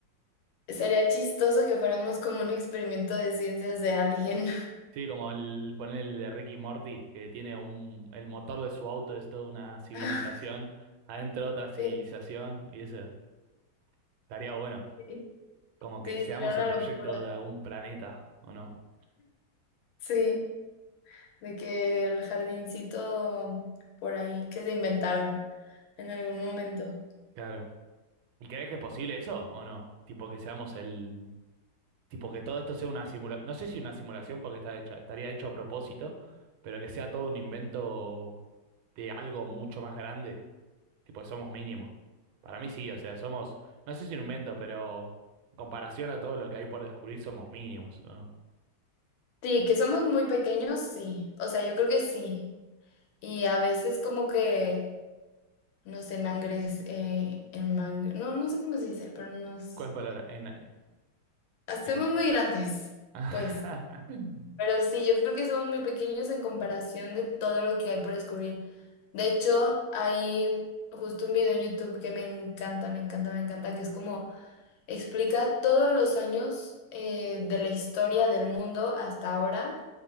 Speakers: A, on the left (about 75°); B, on the right (about 85°).
A: sería chistoso que fuéramos como un experimento de ciencias de alguien.
B: sí, como el poner el de Ricky Morty, que tiene un, el motor de su auto es toda una civilización,
A: <laughs>
B: adentro otra civilización,
A: Sí,
B: y eso estaría bueno,
A: sí,
B: como que
A: sería
B: seamos
A: una
B: el proyecto
A: locura.
B: de algún planeta, ¿o no?
A: Sí, de que el jardincito por ahí que se inventaron en algún momento.
B: Claro. ¿Y crees que es posible eso o no? Tipo que seamos el, Tipo que todo esto sea una simulación, no sé si una simulación porque está hecha, estaría hecho a propósito, pero que sea todo un invento de algo mucho más grande, tipo que somos mínimos. Para mí sí, o sea, somos, no sé si un invento, pero en comparación a todo lo que hay por descubrir somos mínimos, ¿no?
A: Sí, que somos muy pequeños, sí. O sea, yo creo que sí. Y a veces como que nos enangres, eh, en no, no sé cómo se dice, pero nos
B: ¿Cuál palabra? En,
A: hacemos
B: en...
A: muy grandes,
B: <laughs>
A: pues. Pero sí, yo creo que somos muy pequeños en comparación de todo lo que hay por descubrir. De hecho, hay justo un video en YouTube que me encanta, me encanta, me encanta, que es como explica todos los años eh, de la historia del mundo hasta ahora